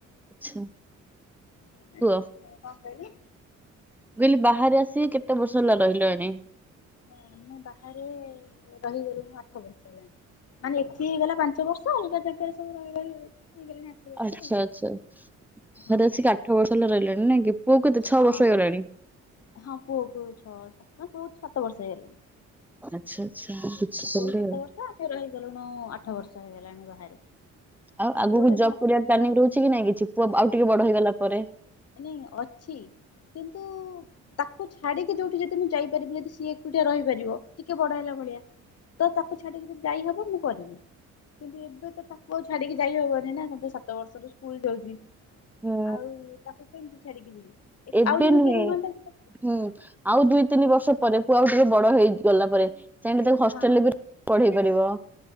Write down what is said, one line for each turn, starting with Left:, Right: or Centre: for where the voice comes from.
Centre: ଆଛା।
Left: କଣ
Centre: ହୁ
Left: କହିଲେ
Centre: ବିଲ ବା ବାହାରେ ଆସିିକି କେତେ ବର୍ଷ ହେଲା ରହିଲଣି?
Left: ନା ଆମେ ବାହାରେ ରହିଗଲୁଣୀ ଆଠ ବର୍ଷ ହେଲା। ମାନେ ଏଠି ହେଇଗଲା ପାଞ୍ଚ ବର୍ଷ ଅଲଗା ଜାଗାରେ ସବୁ ରହି ରହି ହେଇଗଲାଣି ଆଠ ବର୍ଷ
Centre: ଆଚ୍ଛା
Left: ଆଉ।
Centre: ଆଚ୍ଛା
Left: ହଁ
Centre: ଘରେସିକ ଆଠ ବର୍ଷ ହେଲା ରହିଲାଣି ନା କି। ପୁଅ କେତେ
Left: ହଁ
Centre: ଛଅ ବର୍ଷ ହେଇଗଲାଣି?
Left: ହଁ ହଁ ପୁଅକୁ ଛଅ ସ ବହୁତ ସାତ ବର୍ଷ ହେଇଗଲେଣି।
Centre: ଆଚ୍ଛା ଆଚ୍ଛା ବୁଝିପାରିଲି
Left: ଆ ପୁଅ କୁ ସାତ
Centre: ଆଉ।
Left: ବର୍ଷ ଆମେ ରହିଗଲୁଣି ଆଠ ବର୍ଷ ହେଇଗଲାଣି ବାହାରେ।
Centre: ଆଉ ଆଗକୁ
Left: ପୁଅଟା ଯେମିତି
Centre: ଜବ୍ କରିବା ପ୍ଲାନିଂ ରହୁଛି କି ନାଇଁ କିଛି ପୁଅ ଆଉ ଟିକେ ବଡ ହେଇଗଲା ପରେ?
Left: ନାଇ ଅଛି। କିନ୍ତୁ ତାକୁ ଛାଡିକି ଯୋଉଠି ଯଦି ମୁଁ ଯାଇପାରିବି ଯଦି ସିଏ ଏକୁଟିଆ ରହିପାରିବ ଟିକେ ବଡ ହେଲା ଭଳିଆ ତ ତାକୁ ଛାଡିକ ଯଦି ଯାଇ ହବ ମୁଁ କରିବି। କିନ୍ତୁ ଏବେ ତ ତାକୁ ଆଉ ଛାଡିକି ଯାଇ ହବନି ନା ସତେ ସାତ ବର୍ଷର ସ୍କୁଲ ଯାଉଛି।
Centre: ହୁଁ
Left: ଆଉ ତାକୁ କେମିତି ଛାଡିକି ଯିବି?
Centre: ଏବେ
Left: ଆଉ ଜଣେ
Centre: ନୁହେଁ
Left: କିଏ ରୁହନ୍ତା କି ପାଖରେ
Centre: ହୁଁ ଆଉ ଦୁଇ, ତିନି ବର୍ଷ ପରେ ପୁଅ ଆଉ ଟିକେ ବଡ ହେଇଗଲା ପରେ ଚାହିଁଲେ ତାକୁ ହଷ୍ଟେଲରେ
Left: ହଁ
Centre: ପଢେଇ ପାରିବ।